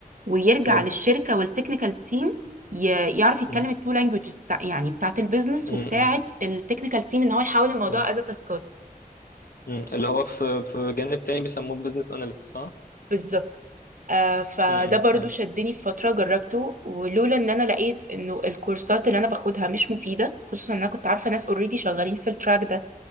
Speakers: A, on the right; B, on the left.
A: ويرجع
B: حلو
A: للشركة والتكنيكال تيم ي... يعرف يتكلم
B: مم.
A: التو لانجوجز بتاع يعني بتاعت البيزنس
B: مم.
A: وبتاعت
B: مم.
A: التكنيكال تيم ان هو يحول الموضوع
B: صح
A: از تاسكات
B: مم. اللي هو في في جانب تاني بيسموه بزنس اناليست صح
A: بالظبط آه فده
B: مم. مم.
A: برضو
B: حلو
A: شدني في فترة جربته ولولا ان انا لقيت انه الكورسات اللي انا باخدها مش مفيدة خصوصا ان انا كنت عارفة ناس اوريدي شغالين في التراك ده